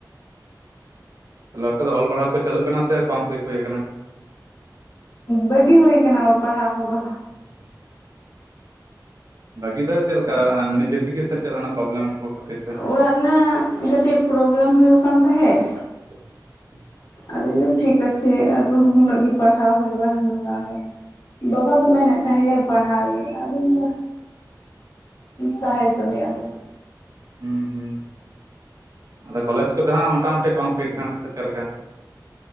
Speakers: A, on the right (about 50°); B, on the left (about 75°).
A: ᱛᱟᱞᱦᱮ ᱱᱤᱛᱚᱜ ᱫᱚ ᱚᱞ ᱯᱟᱲᱦᱟᱣ ᱠᱚ ᱪᱟᱞᱩᱜ ᱠᱟᱱᱟ ᱥᱮ ᱠᱚᱢᱯᱤᱞᱴ ᱦᱩ ᱟᱠᱟᱱᱟ?
B: ᱵᱟᱹᱜᱤ ᱦᱩᱭᱟᱠᱟᱱᱟ ᱚᱞ ᱯᱟᱲᱦᱟᱣ ᱠᱚᱫᱚ᱾
A: ᱚ ᱵᱟᱹᱜᱤ ᱫᱚ ᱪᱮᱫᱞᱮᱠᱟ ᱱᱤᱡᱮ ᱛᱮᱜᱮ ᱥᱮ ᱪᱮᱫ ᱞᱮᱠᱟᱱᱟᱜ ᱯᱨᱚᱵᱞᱮᱢ ᱠᱚ? ᱠᱷᱟᱹᱛᱤᱨ ᱛᱮ
B: ᱚᱲᱟᱜ ᱨᱮᱱᱟᱜ ᱠᱟᱹᱴᱤᱡ ᱯᱨᱚᱵᱞᱮᱢ ᱦᱩᱭᱩᱜ ᱠᱟᱱ ᱛᱟᱦᱮᱸᱫ᱾
A: <inaudible>
B: ᱟᱫᱚᱧ ᱞᱟᱹᱭᱫᱟ ᱴᱷᱤᱠ ᱟᱪᱷᱮ ᱟᱫᱚ ᱩᱱᱟᱹᱜ ᱜᱮ ᱯᱟᱲᱦᱟᱣ ᱦᱩᱭᱩᱜᱼᱟ ᱟᱫᱚ ᱵᱟᱝ ᱦᱩᱭᱩᱜᱼᱟ᱾ ᱵᱟᱵᱟ ᱫᱚ ᱢᱮᱱᱮᱫ ᱛᱟᱦᱮᱸᱫ ᱯᱟᱲᱦᱟᱣ ᱜᱮ ᱟᱫᱚ ᱤᱧ ᱫᱚ ᱛᱟᱦᱮᱸ ᱦᱚᱪᱚᱱᱤᱡ ᱟᱫᱚ᱾
A: ᱦᱩᱸ ᱦᱩᱸ, ᱟᱫᱚ ᱠᱚᱞᱮᱡᱽ ᱠᱚᱫᱚ ᱦᱟᱸᱜ ᱢᱚᱴᱟᱢᱩᱴᱤ ᱠᱚᱢᱯᱞᱤᱴ ᱟᱠᱟᱱᱟ ᱥᱮ ᱪᱮᱫ ᱞᱮᱠᱟ?